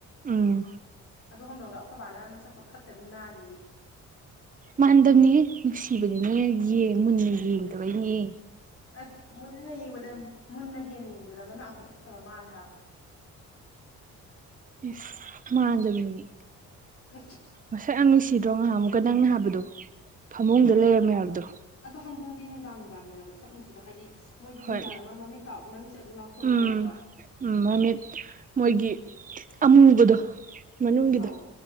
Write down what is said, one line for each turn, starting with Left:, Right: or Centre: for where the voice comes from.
Right: ꯎꯝ
Left: ꯑꯗꯨ ꯍꯧꯗꯧꯅ ꯑꯈꯣꯏ ꯕꯥꯅ ꯃꯁꯛꯇꯣ ꯐꯠꯇꯕꯤ ꯃꯥꯜꯂꯤꯌꯦ꯫
Right: ꯃꯥꯟꯗꯕꯅꯤ ꯅꯨꯡꯁꯤꯕꯅꯤꯅꯦ ꯃꯨꯟꯅ ꯌꯦꯡꯗꯕꯩꯅꯦ꯫
Left: ꯑꯦꯁ ꯃꯨꯟꯅ ꯌꯦꯡꯕꯗ ꯃꯨꯟꯅ ꯍꯦꯟꯅ ꯌꯦꯡꯖꯔꯒ ꯅꯅꯥ ꯑꯃꯨꯛ ꯍꯦ ꯐꯠꯇꯕ ꯃꯥꯜꯂꯦ ꯍꯥꯏꯕ
Right: ꯏꯁ ꯃꯥꯡꯖꯕꯅꯤ꯫
Left: <unintelligible>
Right: ꯉꯁꯛ ꯅꯪ ꯅꯨꯡꯁꯤꯗ꯭ꯔꯣ ꯉꯍꯥꯛ ꯑꯃꯨꯛꯀ ꯅꯪꯅ ꯍꯥꯏꯕꯗꯣ ꯐꯃꯨꯡꯗ
Left: ꯑꯧ
Right: ꯂꯩꯔꯝꯃꯦ ꯍꯥꯏꯕꯗꯣ꯫
Left: ꯑꯗꯣ ꯍꯪꯗꯣꯡꯗꯤ ꯅꯨꯡꯗꯥꯡ ꯅꯨꯡꯗꯥꯡ ꯍꯦꯟꯅ ꯃꯁꯛ ꯅꯨꯡꯁꯤꯗ ꯍꯥꯏꯗꯤ ꯃꯣꯏꯗꯤ
Right: ꯍꯣꯏ
Left: ꯅꯨꯡꯗꯥꯡ ꯑꯃ ꯃꯃꯤꯠ ꯃꯃꯤꯠꯁꯦ ꯑꯗꯨꯝ ꯂꯥꯎꯊꯣꯔꯛꯏꯗꯅꯀꯣ
Right: ꯎꯝ ꯎꯝ ꯃꯣꯃꯤꯠ ꯃꯣꯏꯒꯤ ꯑꯃꯨꯕꯗꯣ꯫ ꯃꯅꯨꯡꯒꯤꯗꯣ
Left: ꯑꯧ